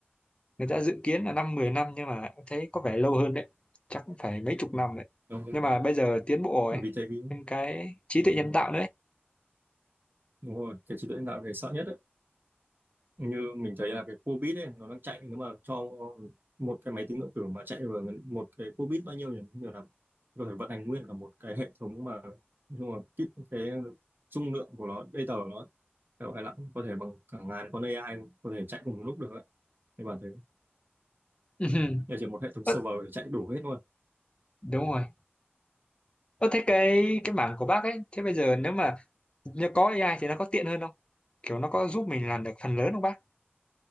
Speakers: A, on the left (about 25°); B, on the right (about 55°).
A: người ta dự kiến là năm mười năm nhưng mà thấy có vẻ lâu hơn đấy chắc cũng phải mấy chục năm đấy
B: Đúng không?
A: nhưng mà bây giờ tiến bộ rồi
B: bởi vì thấy cái
A: thêm cái trí tuệ nhân
B: ừ,
A: tạo nữa ấy.
B: đúng rồi cái trí tuệ nhân tạo là cái sợ nhất đấy như mình thấy là cái cua bit ấy nó đang chạy nếu mà cho một cái máy tính điện tử mà chạy vào một cái cua bit bao nhiêu nhỉ nhiều lắm có thể vận hành nguyên cả một cái hệ thống mà nhưng mà cái, cái dung lượng của nó data của nó phải gọi là có thể bằng cả ngàn con AI có thể chạy cùng một lúc được ấy. Thế bảo thế,
A: <laughs>
B: nhà chỉ một hệ thống
A: Ơ,
B: server thì chạy đủ hết luôn
A: đúng rồi Ơ thế cái cái mảng của bác ấy thế bây giờ nếu mà nhờ có AI thì nó có tiện hơn không kiểu nó có giúp mình làm được phần lớn không bác